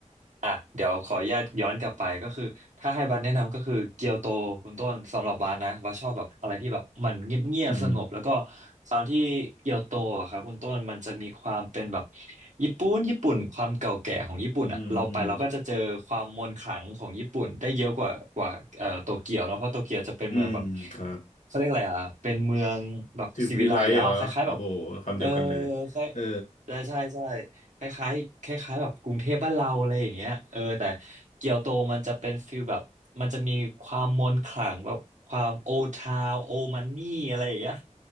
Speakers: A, on the right; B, on the left.
A: อ่ะเดี๋ยวขออนุญาตย้อนกลับไปก็คือถ้าให้บัสแนะนำก็คือเกียวโตคุณต้นสำหรับบัสนะบัสชอบแบบอะไรที่แบบมันเงียบๆสงบแล้วก็
B: อืม
A: ตอนที่เกียวโตอะครับคุณต้นมันจะมีความเป็นแบบญี่ปุ่นญี่ปุ่นความเก่าแก่ของญี่ปุ่นอ่ะเราไปเราก็จะเจอความมนต์ขลังของญี่ปุ่นได้เยอะกว่ากว่าเอ่อโตเกียวเนอะเพราะโตเกียวจะเป็นเมืองแบบ
B: อืมอืมอืมครับ
A: เขาเรียกอะไรอ่ะเป็นเมืองแบบศิวิไลซ์แล้วอะคล้ายๆแบบ
B: ทริปวิไลเหรอโอ้โหคำเดียวกันเลย
A: เออคล้าย
B: เออ
A: ใช่ใช่ใช่ คล้ายๆคล้ายๆแบบกรุงเทพบ้านเราอะไรอย่างเงี้ยเออแต่เกียวโตมันจะเป็นฟิลแบบมันจะมีความมนต์ขลังแบบความโอทาวโอมันนี่อะไรอย่างเงี้ย